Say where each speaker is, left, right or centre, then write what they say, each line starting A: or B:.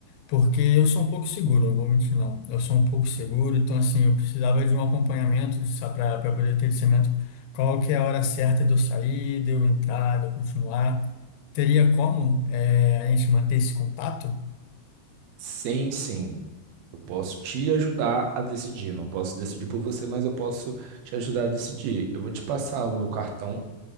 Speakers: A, on the left; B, on the right.
A: Porque eu sou um pouco seguro, eu vou mentir não. Eu sou um pouco seguro, então assim, eu precisava de um acompanhamento para poder ter discernimento qual que é a hora certa de eu sair, de eu entrar, de eu continuar. Teria como eh, a gente manter esse contato?
B: Sim, sim. Eu posso te ajudar a decidir. Não posso decidir por você, mas eu posso te ajudar a decidir. Eu vou te passar o meu cartão